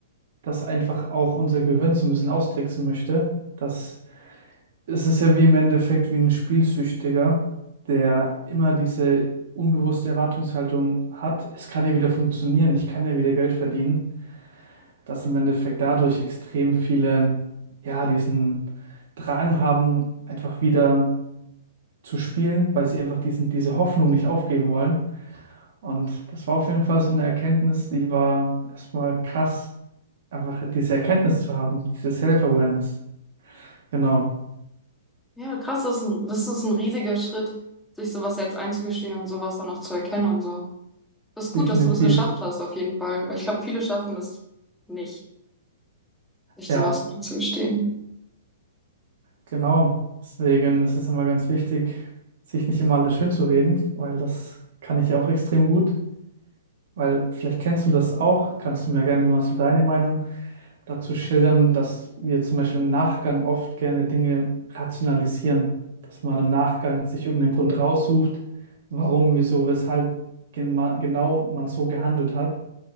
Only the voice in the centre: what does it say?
Ja, krass, das ist ein, das ist ein riesiger Schritt, sich sowas selbst einzugestehen und sowas dann auch zu erkennen und so. Das ist gut,
dass du das geschafft hast, auf jeden Fall, weil ich glaube, viele schaffen das nicht, sich
sowas einzugestehen.